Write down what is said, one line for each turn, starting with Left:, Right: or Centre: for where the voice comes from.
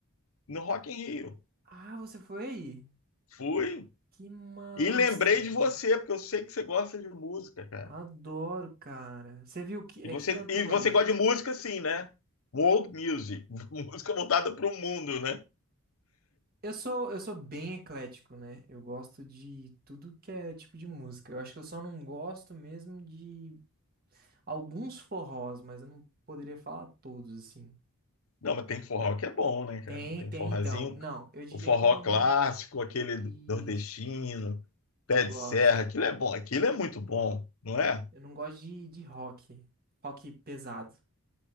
Left: no Rock in Rio,
Right: Ah, você foi aí?
Left: fui
Right: Que massa!
Left: e lembrei de você, porque eu sei que você gosta de música, cara.
Right: Adoro, cara. Você viu que é
Left: E você,
Right: que cantores?
Left: e você gosta de música, sim, né? World music, <laughs> música voltada para o mundo, né?
Right: Eu sou eu sou bem eclético, né? Eu gosto de tudo que é tipo de música. Eu acho que eu só não gosto mesmo de alguns forrós, mas eu não poderia falar todos assim.
Left: Não, mas tem forró que é bom, né, cara?
Right: Tem,
Left: Tem
Right: tem
Left: forrozinho,
Right: então. Não, eu diria
Left: o forró
Right: que eu.
Left: clássico,
Right: não-
Left: aquele
Right: Isso,
Left: do- nordestino, pé
Right: eu
Left: de
Right: gosto.
Left: serra, aquilo é bom, aquilo é muito bom, não é?
Right: Eu não gosto de, de rock. Rock pesado. <laughs>